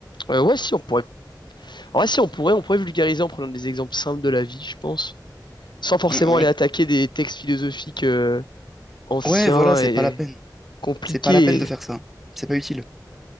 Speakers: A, on the left (about 80°); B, in the centre.
A: Euh, ouais, si on pourrait. En vrai, si on pourrait, on pourrait vulgariser en prenant des exemples simples de la vie, je pense. sans forcément
B: On-
A: aller
B: on-
A: attaquer des textes philosophiques euh, anciens
B: Ouais, voilà, c'est
A: et
B: pas la peine.
A: compliqués.
B: C'est pas la peine de faire ça. C'est pas utile.